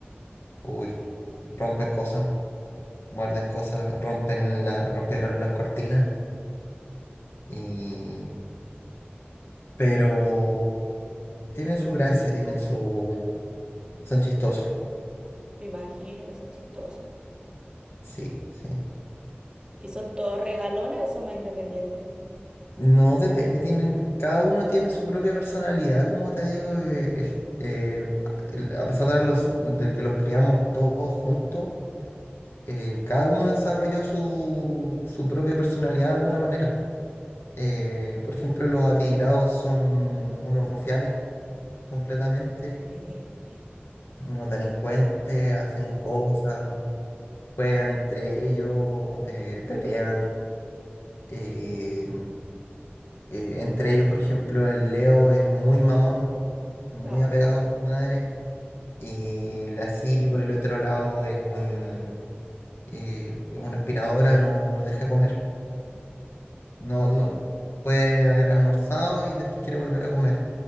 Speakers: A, on the left; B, on the right.
A: uy, rompen cosas, muerden cosas, rompen la, rompieron las cortinas y... Pero tienen su gracia, tienen su... Son chistosos.
B: Me imagino que son chistosos.
A: Sí, sí.
B: ¿Y son todos regalones o son más independientes?
A: No depende, tienen, cada uno tiene su propia personalidad, como te digo, eh, eh, el- a pesar de, los, de que los criamos todos juntos, eh, cada uno desarrolló su, su propia personalidad de alguna manera. Eh, por ejemplo, los atigrados son unos rufianes completamente,
B: <laughs>
A: unos delincuentes, hacen cosas, juegan entre ellos, eh, pelean. eh, Eh, entre ellos, por ejemplo, el Leo es muy mamón, muy
B: No.
A: apegado a su madre. Y la Siri, por el otro lado, es un, eh, es una aspiradora, no, no deja comer. No, no puede haber almorzado y después quiere volver a comer.